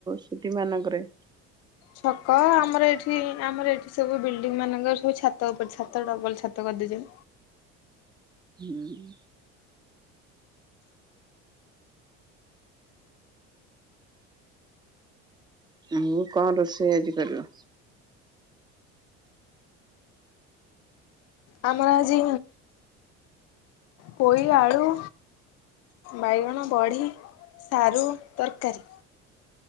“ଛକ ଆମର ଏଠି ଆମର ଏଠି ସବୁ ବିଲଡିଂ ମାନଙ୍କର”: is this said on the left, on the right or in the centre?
Left